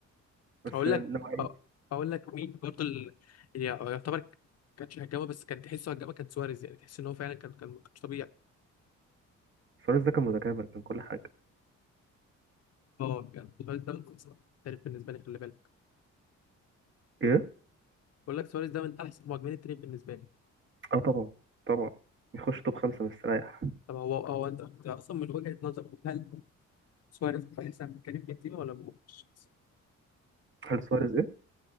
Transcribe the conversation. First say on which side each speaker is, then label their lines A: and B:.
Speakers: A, on the right; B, on the left.
A: بس
B: اقول
A: نوعية
B: لك أه، اقول لك مين برضو ال- اللي يعني يعتبر كانش هجامه بس كان تحسه هجامه كان سواريز يعني تحس ان هو فعلا كان كان مش طبيعي
A: سواريز ده كان متكامل كان كل حاجة
B: اه بجد سواريز ده من احسن التاريخ بالنسبه لي خلي بالك
A: ايه؟
B: بقول لك سواريز ده من احسن مهاجمين التاريخ بالنسبه لي
A: اه طبعا طبعا يخش توب خمسة مستريح
B: طب هو هو انت أنت اصلا من وجهه نظرك هل سواريز احسن من كريم بنزيما ولا مش
A: هل سواريز ايه؟